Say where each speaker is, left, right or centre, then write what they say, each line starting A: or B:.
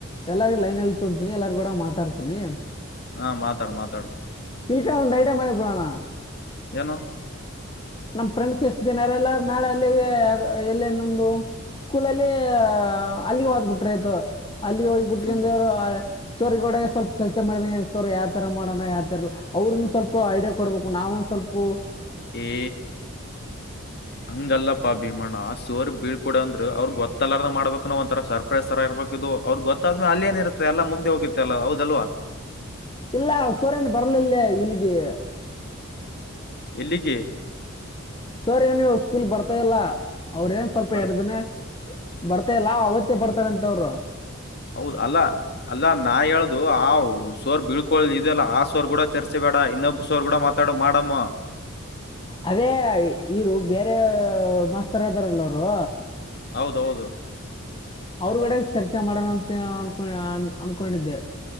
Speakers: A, on the left; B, on the left.
A: ಎಲ್ಲಾರು ಲೈನ್ ಎಲ್ಲಿ ತೊಂತನಿ ಎಲ್ಲಾರ್ ಕೂಡ ಮಾತಾಡ್ತನಿ.
B: ಹಾ ಮಾತಾಡು ಮಾತಾಡು.
A: ಇಲ್ಕಾ ಒಂದ್ ಐಡಿಯಾ ಮಾಡಿ ಬಿಡಣ.
B: ಏನು
A: ನಮ್ ಫ್ರೆಂಡ್ಸ್ ಎಷ್ಟ ದಿನ ಇರಲ್ಲ ನಾಳೆ ಅಲ್ಲಿಗೆ ಎಲ್ಲೆ ಇನ್ನೊಂದು. ಸ್ಕೂಲಲ್ಲಿ ಅಲ್ಲಿಗ್ ಹೋದ್ಬಿಟ್ರ ಆಯ್ತು ಅಲ್ಲಿ ಹೋಗಿಬಿಟ್ಕಂದೋರು.
B: ಸು
A: ಸರಿ ಗೋಡೆ ಸ್ವಲ್ಪ ಚರ್ಚೆ ಮಾಡಿದಂಗ ಸೋರ್ ಯಾವ್ ತರ ಮಾಡೋಣ ಯಾವ್ ತರಲ್. ಅವ್ರನ್ನು ಸ್ವಲ್ಪ ಐಡಿಯಾ ಕೊಡ್ಬೇಕು ನಾವನ್ ಸ್ವಲ್ಪು.
B: ಏ ಹಂಗಲ್ಲಪ್ಪಾ ಭೀಮಣ್ಣ ಸೊರ್ ಬೀಳ್ಕೊಡ ಅಂದ್ರ ಅವ್ರಗ್ ಗೊತ್ತಲ್ಲಾರದ ಮಾಡ್ಬೇಕ್ನ ಒಂಥರ ಸರ್ಪ್ ಸರ್ಪ್ರೈಸ್ತರ ಇರಬೇಕು ಇದು ಅವ್ರರು ಗೊತ್ತಾದ್ಮೇಲೆ ಅಲಿನ್ ಇರುತ್ ಎಲ್ಲ ಮುಗ್ದ ಹೋಗುತ್ತೆ ಅಲ್ಲ ಹೌದಲ್ವಾ.
A: ಇಲ್ಲ ಸೊರ್ ಎನ್ ಬರ್ಲಿಲ್ಲೇ ಇಲ್ಗೆ.
B: ಎಲ್ಲಿಗೆ.
A: ಸರ್ ಏನ್ ನೀವ್ ಸ್ಕೂಲ್ ಬರ್ತಾ ಇಲ್ಲ ಅವ್ರ ಏನ್ ಸ್ವಲ್ಪ
B: ಬರ್ತ್
A: ಎಡ್ದನೆ. ಬರ್ತಾಯಿಲ್ಲ ಅವತ್ತೇ ಬರ್ತಾರಂತ ಅವ್ರು.
B: ಹೌದ್ ಅಲ್ಲ. ಅಲ್ಲಾ ನಾ ಹೇಳ್ದು ಆ ಸೋರ್ ಬೀಳ್ಕೊ ಇದಲ್ಲ ಆ ಸೋರ್ ಕೂಡ ಚರ್ಚೆ ಬೇಡ ಇನ್ನೊಬ್ಬ ಸೋರ್ ಕೂಡ ಮತ್ ತಡ್ ಮಾಡಮ್ಮ.
A: ಅದೇ ಇರು ಬೇರೆ ಮಾಸ್ತರ್ ಅದಾರಲ್ಲ ಅವ್ರು.
B: ಹೌದೌದು.
A: ಅವ್ರಗಡೆ ಚರ್ಚೆ ಮಾಡೋಣ ಅಂತ ಅನ್ಕೊಂಡ ಅನ್ಕೊಂಡಿದ್ದೆ.